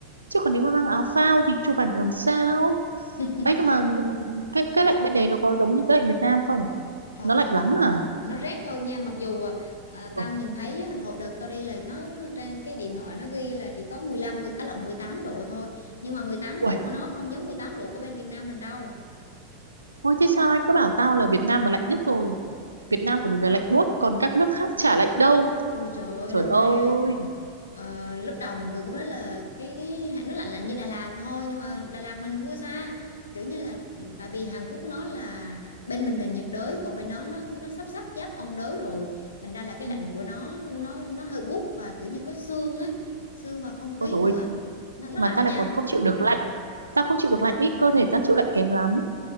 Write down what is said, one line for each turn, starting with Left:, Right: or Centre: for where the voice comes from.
Right: chứ còn nếu mà mang áo phao thì chụp ảnh làm sao
Left: <laughs>
Right: ấy nhưng mà cái cái lạnh bên đấy nó có giống như cái lạnh Việt Nam không
Left: Ờ,
Right: nó lạnh
Left: kh-
Right: lắm à
Left: nó rét hơn nha mặc dù à,
Right: ui
Left: tao nhìn thấy hồi đợt tao đi là nó trên cái điện thoại nó ghi là chỉ có 15 10, á lộn 18 độ thôi nhưng mà 18
Right: ui
Left: độ của nó không giống 18 độ của bên Việt Nam mình đâu
Right: ôi thế sao ai cứ bảo tao là Việt Nam mà lạnh nhất rồi Việt Nam của mình là lạnh buốt còn các nước khác chả lạnh đâu
Left: Ui trời ơi
Right: trời
Left: đâu
Right: ơi
Left: ra Ờ, lúc đầu mọi người cũng nói là cái, cái nó lạnh lạnh như Đà Lạt thôi nhưng mà Đà Lạt mình thua xa kiểu như là ừ, tại vì Hàn Quốc nó là bên mình là nhiệt đới còn bên nó nó nó sắp sắp giáp ôn đới rồi thành ra là cái
Right: ừ.
Left: lạnh của nó nó nó hơi buốt và kiểu như có sương á sương vào không khí
Right: ôi dồi
Left: nữa
Right: ôi,
Left: nó nó
Right: mà
Left: lạnh
Right: ta lại
Left: nha
Right: còn không chịu được lạnh ta không chịu được lạnh ít cơ thể ta chịu lạnh kém lắm